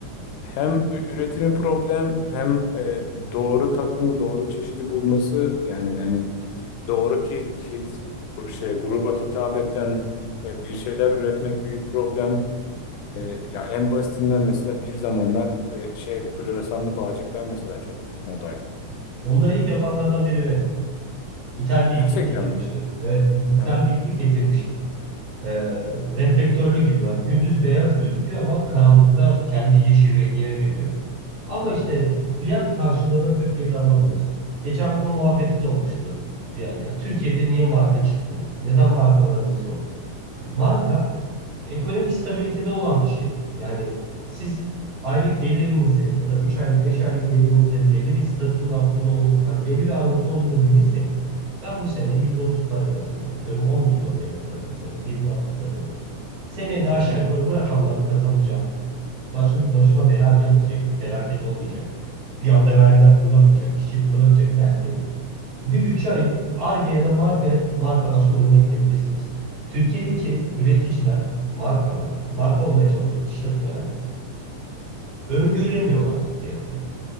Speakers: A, on the left; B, on the right.
A: Hem ü- üretimi problem hem e, doğru takımı doğru çeşidi bulması yani hani doğru ki hit bu şey gruba hitap eden e, bir şeyler üretmek bir problem.
B: Hı
A: E,
B: hı.
A: ya en basitinden mesela bir zamanlar e, şeyli floresanlı bağcıklar mesela çok büyük modaydı.
B: Onları ilk yapanlardan biri benim. İthal bir
A: Gerçekten
B: iplik getirmiştim.
A: mi?
B: Evet, i- ithal
A: Aha,
B: bir iplik getirmiştim. e, reflektörlü gibi. Yani gündüz beyaz gözüküyor ama karanlıkta kendi yeşil rengine veriyor. Ama
A: aha,
B: işte fiyat karşılığını Türkiye'de alamıyoruz. Geçen bunun muhabbeti de olmuştu bir yerde. Ya Türkiye'de niye marka çıkmıyor? Neden markalarımız yok? Marka ekonomik stabilitede olan bir şey. Yani siz aylık gelirinizi ya da 3 aylık 5 aylık gelirinizi belli bir statünün altında olup hani belli bir aralıkta olduğunu bilirseniz ben bu sene %30 para kazanıyorum. Atıyorum on milyon lira para kazanıyorum. 20 kazanıyorum. Seneye de aşağı
A: aha,
B: yukarı bu rakamları kazanacağım. Başka bir başıma bela gelmeyecek. Bir felaket olmayacak. Bir anda vergiler fırlamayacak. işçilik fırlamayacak derseniz bir bütçe ayırıp Ar-Ge ya da marka, markalaşma yoluna gidebilirsiniz. Türkiye'deki
A: aha.
B: üreticiler, markalar, marka olmaya çalışan işletmeler öngöremiyorlar piyasayı.